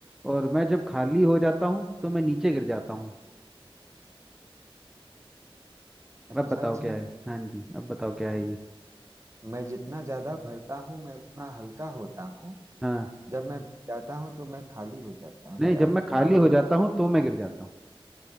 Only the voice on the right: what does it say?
अच्छा
जी
मैं जितना ज्यादा भरता हूँ मैं उतना हल्का होता हूँ
जब मैं भर जाता हूँ तो मैं खाली हो जाता हूँ
यार
क्या
हो